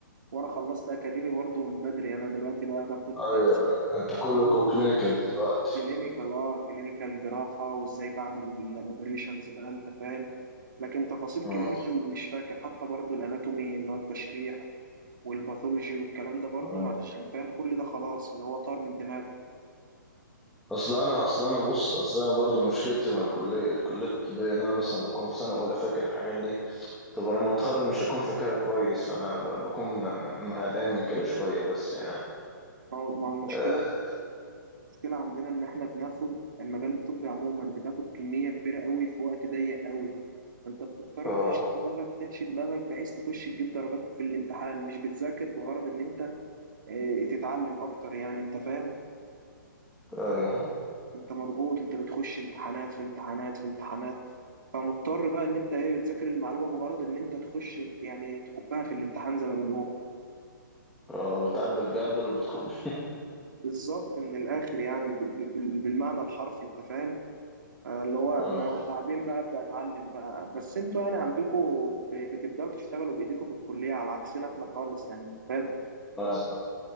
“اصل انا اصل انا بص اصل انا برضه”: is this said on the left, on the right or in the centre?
Centre